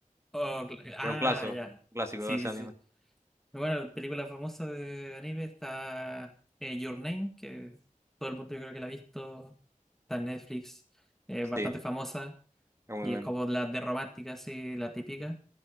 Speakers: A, in the centre; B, on the right.
A: oh, cl- ah,
B: que es un clásico,
A: ya.
B: un clásico
A: Sí,
B: de ese anime.
A: sí, sí. Bueno, película famosa de anime está eh, Your Name, que todo el mundo yo creo que la ha visto. Está en Netflix. Es bastante
B: Sí,
A: famosa.
B: es muy
A: Y
B: bueno.
A: es como las de romántica, así, la típica.